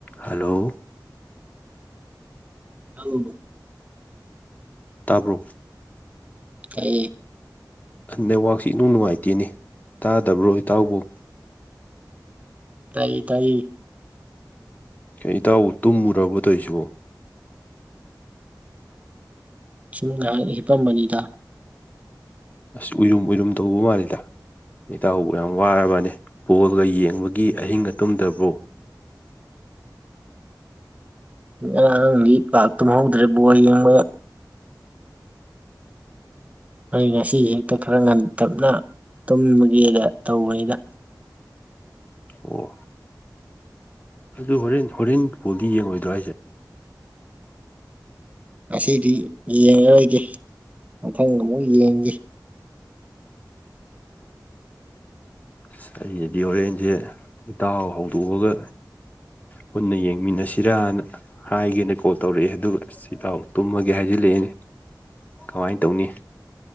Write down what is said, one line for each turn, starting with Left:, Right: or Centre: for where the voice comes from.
Left: Hello
Right: ꯆꯠꯂꯨꯅꯨ
Left: ꯇꯥꯕ꯭ꯔꯣ
Right: ꯇꯥꯏꯌꯦ
Left: ꯅꯦꯠꯋꯥꯛꯁꯤ ꯏꯅꯨꯡ ꯅꯨꯡꯉꯥꯏꯇꯦꯅꯦ ꯇꯥꯗꯕ꯭ꯔꯣ ꯏꯇꯥꯎꯕꫭ
Right: ꯇꯥꯏꯌꯦ ꯇꯥꯏꯌꯦ
Left: ꯀꯩ ꯏꯇꯥꯎꯕꯨ ꯇꯨꯝꯃꯨꯔꯕꫭ ꯇꯧꯁꯤꯕꫭ
Right: ꯁꯨꯝ ꯉꯥꯏꯍꯥꯛ ꯍꯤꯞꯄꯝꯕꯅꯤꯗꯥ
Left: ꯑꯁ ꯎꯏꯔꯨꯝ ꯎꯏꯔꯨꯝ ꯇꯧꯕ ꯃꯥꯜꯂꯤꯗ ꯏꯇꯥꯎꯕꯨ ꯌꯥꯝ ꯋꯥꯔꯕꯅꯦ ꯕꯣꯜꯒ ꯌꯦꯡꯕꯒꯤ ꯑꯍꯤꯡꯒ ꯇꯨꯝꯗꯔꯕꯣ
Right: ꯉꯔꯥꯡ ꯂꯥꯏꯔꯤꯛ ꯄꯥꯛ ꯇꯨꯝꯍꯧꯗ꯭ꯔꯦ ꯕꯣꯜ ꯌꯦꯡꯕ ꯑꯩ ꯉꯁꯤꯖꯤ ꯍꯦꯛꯇ ꯈꯔ ꯉꯟ ꯇꯛꯅ ꯇꯨꯝꯃꯒꯦꯗ ꯇꯧꯕꯅꯤꯗ
Left: ꯑꯣ ꯑꯗꯨ ꯍꯣꯔꯦꯟ ꯍꯣꯔꯦꯟ ꯕꫭꯜꯗꯤ ꯌꯦꯡꯉꯣꯏꯗ꯭ꯔꯣ ꯍꯥꯢꯁꯦ
Right: ꯉꯁꯤꯗꯤ ꯌꯦꯡꯉꯔꯣꯏꯒꯦ ꯃꯊꯪ ꯑꯃꯨꯛ ꯌꯦꯡꯒꯦ
Left: ꯑꯁ ꯑꯩꯗꯤ ꯍꯣꯔꯦꯟꯖꯦ ꯏꯇꯥꯎ ꯍꯧꯗꯣꯛ ꯑꯒ ꯄꯨꯟꯅ ꯌꯦꯡꯃꯤꯟꯅꯁꯤꯔꯥꯅ ꯍꯥꯏꯒꯦꯅ ꯀꯣꯜ ꯇꯧꯔꯛꯑꯦ ꯑꯗꯨꯒ ꯏꯇꯥꯎꯗꯤ ꯇꯨꯝꯃꯒꯦ ꯍꯥꯏꯖꯤꯜꯂꯛꯑꯅꯦ ꯀꯃꯥꯏ ꯇꯧꯅꯤ